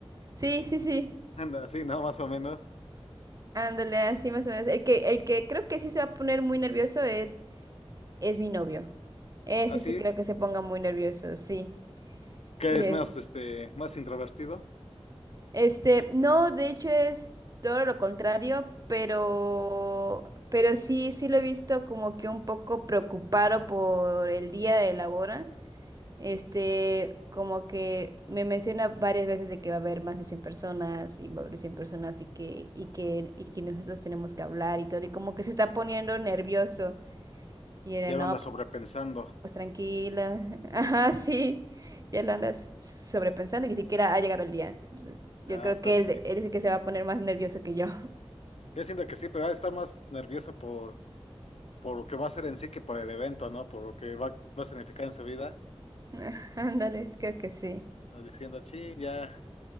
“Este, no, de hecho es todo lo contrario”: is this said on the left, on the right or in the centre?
Right